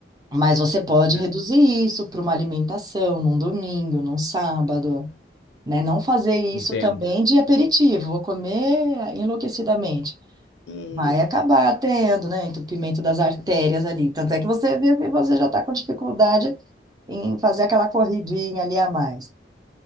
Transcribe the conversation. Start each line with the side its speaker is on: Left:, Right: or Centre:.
Right: Mas você pode
Left: É,
Right: reduzir isso para uma alimentação num domingo, num sábado, né? Não fazer isso
Left: entendo.
Right: também de aperitivo, vou comer enlouquecidamente.
Left: E,
Right: Vai acabar tendo, né, entupimento das artérias ali. Tanto é que você vê que você já está com dificuldade em fazer aquela corridinha ali a mais.